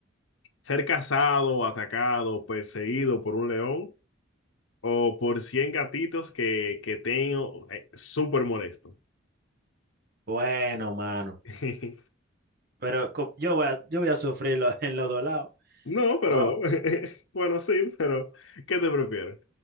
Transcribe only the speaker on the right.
Bueno, mano,
pero co- yo voy a, yo voy a sufrirlo <laughs> en los dos lados.
Wow.